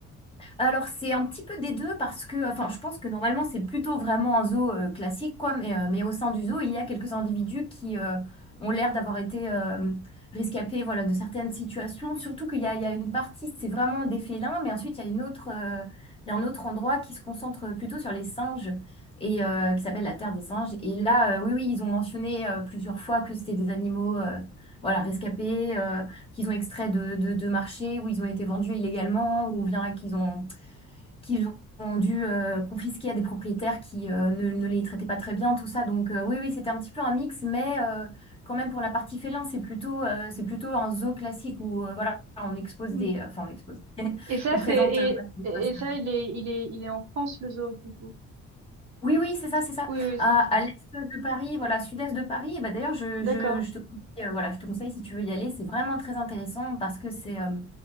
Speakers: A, on the left; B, on the right.
A: Alors c'est un petit peu des deux parce que, enfin, je pense que normalement c'est plutôt vraiment un zoo euh, classique, quoi. Mais, euh, mais au sein du zoo, il y a quelques individus qui euh, ont l'air d'avoir été euh, rescapés, voilà, de certaines situations. Surtout qu'il y a, il y a une partie, c'est vraiment des félins, mais ensuite il y a une autre, euh, il y a un autre endroit qui se concentre plutôt sur les singes et euh, qui s'appelle la Terre des singes. Et là, euh, oui, oui, ils ont mentionné euh, plusieurs fois que c'était des animaux, euh, voilà, rescapés. euh, qu'ils ont extrait de, de, de marché, où ils ont été vendus illégalement, ou bien là qu'ils ont qu'ils ont dû euh, confisquer à des propriétaires qui euh, ne, ne les traitaient pas très bien, tout ça. Donc euh, oui, oui, c'était un petit peu un mix, mais euh, quand même pour la partie félin, c'est plutôt, euh, c'est plutôt un zoo classique où euh, voilà, on expose
B: Mm.
A: des... euh, Enfin, on expose. <laughs>
B: Et ça,
A: On présente...
B: c'est, et,
A: euh, quoi, c'est
B: et
A: pas ça.
B: ça, il est, il est, il est en France, le zoo, du coup.
A: oui, oui, c'est ça, c'est ça.
B: Oui, oui,
A: À,
B: c'est en
A: à
B: France.
A: l'est de Paris, voilà, sud-est de Paris, et bah, d'ailleurs, je,
B: D'accord.
A: je, je te conseille, euh, voilà, je te conseille si tu veux y aller, c'est vraiment très intéressant parce que c'est... euh,